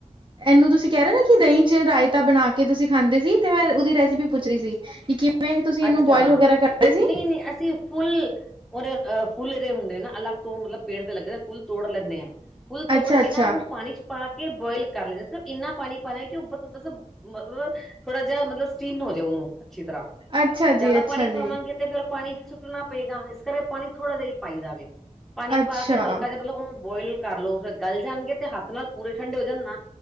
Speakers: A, on the right; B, in the centre.
A: ਇਹਨੂੰ ਤੁਸੀਂ ਕਹਿ ਰਹੇ ਹੋ ਨਾ, ਕਿ ਦਹੀਂ ਚ ਰਾਇਤਾ ਬਣਾ ਕੇ ਤੁਸੀਂ ਖਾਂਦੇ ਸੀ, ਤੇ ਮੈਂ ਉਹਦੀ ਰੈਸਿਪੀ ਪੁੱਛ ਰਹੀ ਸੀ, ਕਿ ਕਿਵੇਂ ਤੁਸੀਂ ਇਹਨੂੰ
B: ਅੱਛਾ,
A: ਬੋਇਲ ਵਗੈਰਾ ਕਰਦੇ ਸੀ?
B: ਨਹੀਂ-ਨਹੀਂ ਅਸੀਂ ਫੁੱਲ ਉਹਦੇ ਫੁੱਲ ਹੁੰਦੇ ਆ ਨਾ, ਅਲੱਗ ਤੋਂ ਮਤਲਬ ਪੇੜ ਤੇ ਲੱਗੇ ਫੁੱਲ ਤੋੜ ਲੈਂਦੇ ਆ। ਫੁੱਲ ਤੋੜ
A: ਅੱਛਾ-ਅੱਛਾ,
B: ਕੇ ਨਾ ਉਹਨੂੰ ਪਾਣੀ ਚ ਪਾ ਕੇ ਬੋਇਲ ਕਰ ਲੈਂਦੇ, ਸਿਰ ਇੰਨਾ ਪਾਣੀ ਪਾ ਲਣਾ, ਕਿ ਉਹ ਮਲਬ ਮਤਲਬ ਥੋੜਾ ਜਿਹਾ ਮਤਲਬ ਸਟੀਮ ਨਾ ਹੋ ਜਾਓ। ਓਨੂੰ ਅਛੀ ਤਰ੍ਹਾਂ
A: ਅੱਛਾ ਅੱਛਾ ਜੀ,
B: ਜ਼ਿਆਦਾ
A: ਅੱਛਾ
B: ਪਾਣੀ ਪਾਵਾਂਗੇ,
A: ਜੀ।
B: ਤੇ ਫੇਰ ਪਾਣੀ ਵੀ ਸੁੱਟਣਾ ਪਏਗਾ, ਇਸ ਕਰਕੇ ਪਾਣੀ ਥੋੜ੍ਹਾ ਜਿਹਾ ਪਾਈ ਦਾ ਵੇ। ਪਾਣੀ
A: ਅੱਛਾ,
B: ਪਾ ਕੇ ਹਲਕਾ ਜਿਹਾ ਮਤਲਬ ਉਹਨੂੰ ਬੋਇਲ ਕਰ ਲੋਓ, ਫਿਰ ਗਲ ਜਾਣਗੇ ਤੇ ਹੱਥ ਨਾਲ ਪੂਰੇ ਠੰਡੇ ਹੋ ਜਾਣ ਨਾ।